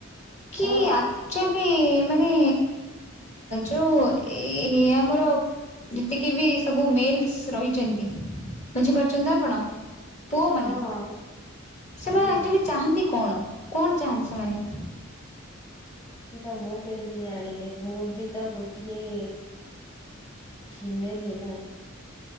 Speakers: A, on the left (about 35°); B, on the left (about 15°).
A: କି
B: କଣ
A: ଆକଚୁଆଲି ମାନେ ଯୋଉ ଏ ଆମର ଯେତିକି ବି ସବୁ ମେଲ୍ସ ରହିଛନ୍ତି ବୁଝିପାରୁଛନ୍ତି ତ ଆପଣ? ପୁଅମାନେ,
B: ହଁ ହଁ
A: ସେମାନେ
B: ହୁଁ
A: ଆକ୍ଚୁଆଲି
B: ହୁଁ
A: ଚାହାନ୍ତି କଣ? କଣ ଚାହାନ୍ତି ସେମାନେ?
B: ଏଇଟା ମୁଁ କେମିତି ଜାଣିଲି। ମୁଁ ବି ତ ଗୋଟିଏ ଫିମେଲ ହିଁ ନା।